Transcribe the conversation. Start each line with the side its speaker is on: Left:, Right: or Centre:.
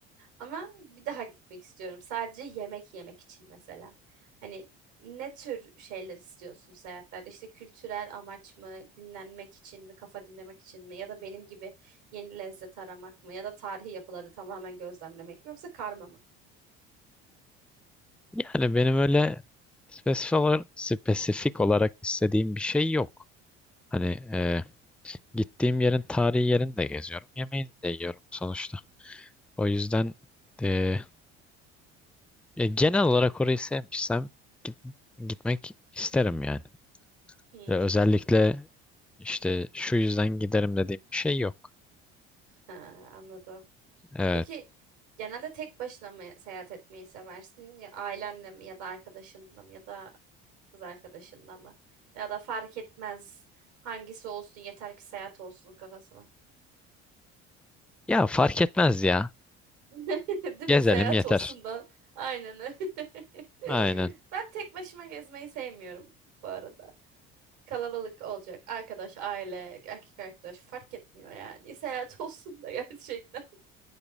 Right: ama bir daha gitmek istiyorum. Sadece yemek yemek için mesela. Hani ne tür şeyler istiyorsun seyahatlerde? İşte kültürel amaç mı, dinlenmek için mi, kafa dinlemek için mi? Ya da benim gibi yeni lezzet aramak mı? Ya da tarihi yapıları tamamen gözlemlemek mi? Yoksa karma mı?
Centre: Yani benim öyle spesifik olarak, spesifik olarak istediğim bir şey yok. Hani e, gittiğim yerin tarihi yerini de geziyorum. Yemeğini de yiyorum sonuçta. O yüzden e, e, genel olarak orayı sevmişsem git- gitmek isterim yani.
Right: Hmm,
Centre: Ve özellikle işte şu yüzden giderim dediğim bir şey yok.
Right: ha, anladım.
Centre: Evet.
Right: Peki genelde tek başına mı seyahat etmeyi seversin? Ya ailenle mi ya da arkadaşınla mı ya da kız arkadaşınla mı? Ya da fark etmez hangisi olsun yeter ki seyahat olsun kafasına.
Centre: Ya fark etmez ya.
Right: <laughs> Değil
Centre: Gezelim
Right: mi? Seyahat
Centre: yeter.
Right: olsun da aynen öyle. <laughs>
Centre: Aynen.
Right: Ben tek başıma gezmeyi sevmiyorum bu arada. Kalabalık olacak. Arkadaş, aile, erkek arkadaş fark etmiyor yani. Seyahat olsun da <laughs> gerçekten.